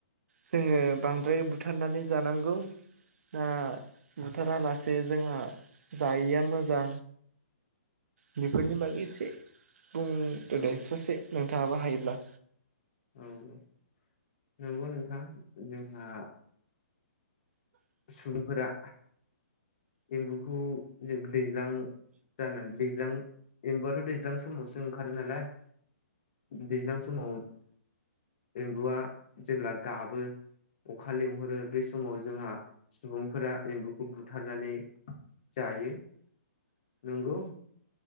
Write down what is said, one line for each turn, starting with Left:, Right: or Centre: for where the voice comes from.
Right: जोंङो बांद्राय बुथारनानै जानांगौ दा बुथारालासे जोंहा जायैया मोजां बेफोरनि बागै एसे बुं द
Left: औ
Right: दे ससे नोंथाङाबो हायोब्ला
Left: औ नंगौ नोंथां जोंहा सुबुंफोरा एम्बुखौ जोब दैज्लां जानानै दैज्लां एबाथ' दैज्लां समावसो ओंखारो नालाय दैज्लां समाव एम्बुआ जेब्ला गाबो अखा लिंहरो बे समाव जोंहा सुबुंफोरा एम्बुखौ बुथारो फनानै जायो नंगौ